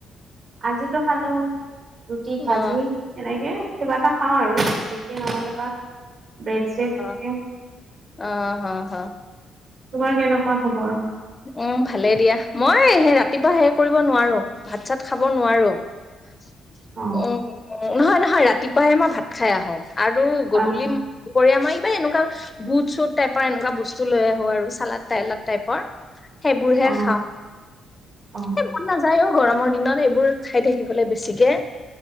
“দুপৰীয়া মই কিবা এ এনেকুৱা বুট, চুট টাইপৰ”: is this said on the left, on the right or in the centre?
Left